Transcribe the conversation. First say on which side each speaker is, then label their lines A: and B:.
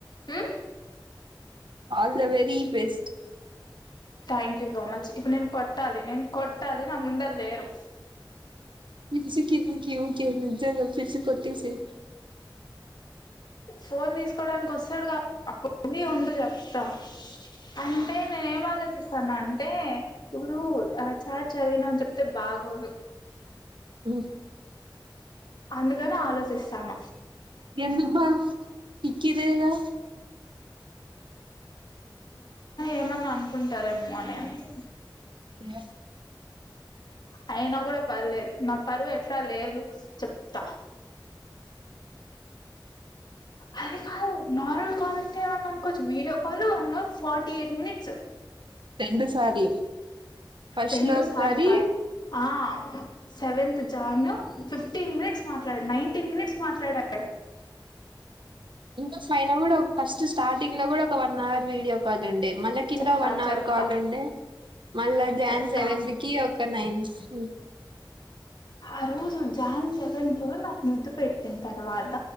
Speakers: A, on the left; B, on the right.
A: hmm
B: all the very best
A: thank you so much ఇప్పుడు నేను కొట్టాలి నేను కొట్టాలి నా ముంద లేరు
B: ఫిల్సికి ఎందుకే ఊకే నిజ్జంగా పిల్సీ కొట్టేసే
A: ఫోన్ తీసుకోడానికి వస్తాడుగా అప్ అప్పుడ్ ఉంది చెప్తా అంటే నేనేం ఆలోచిస్తున్నాన్ తే ఇప్పుడు ఆ చఛా చదివినా ఆన్ చెప్... అంతే బాగోదు
B: అ
A: అందుకనే ఆలోచిస్తాన
B: ఎందుకు బ ఇక్కిదేగా
A: ఏమన్నా అనుకుంటారేమో అని అంతె
B: ఎ
A: అయిన కూడ పర్లేదు న పరువు ఎట్లా లేదు చెప్తా అది కాదు నార్మల్ కాల్ అంటే ఏమన్నా అనుకోవచ్చు video call one hour forty eight minutes
B: రెండు సార్లు ఫస్ట్
A: రెండు
B: లో ఒకసారి
A: సార్లు కాదు ఆ సెవెంత్ జాన్ ఫిఫ్టీన్ మినిట్స్ మాట్లాడుడు నైన్టీన్ మినిట్స్ మాట్లాడాడు
B: ఇంకా పైన కూడా ఒక ఫస్ట్ స్టార్టింగ్ల కూడా ఒక వన్ అవర్ వీడియో కాల్ ఉండే మళ్ళా కింద
A: చెప్తా
B: వన్
A: చెప్తా
B: అవర్ కాల్ ఉండే మళ్ళా జాన్
A: చెప్తా
B: సెవెంత్ కి ఒక నైన్ మ్
A: ఆ రోజు జాన్ సెవెంత్ నాకు ముద్దు పెట్టిన తర్వాత,